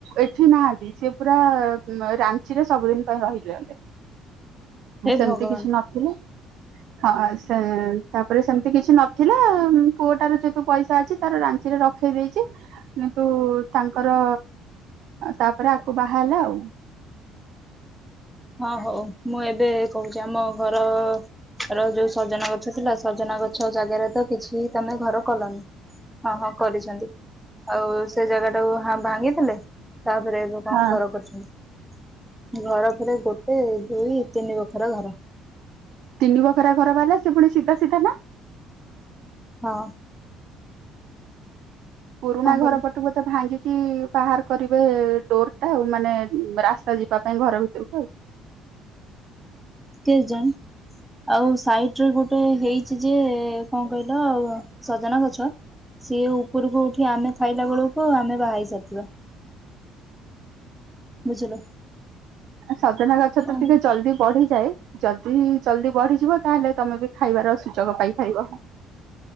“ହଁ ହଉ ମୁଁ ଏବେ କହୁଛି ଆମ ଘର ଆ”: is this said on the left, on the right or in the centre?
Centre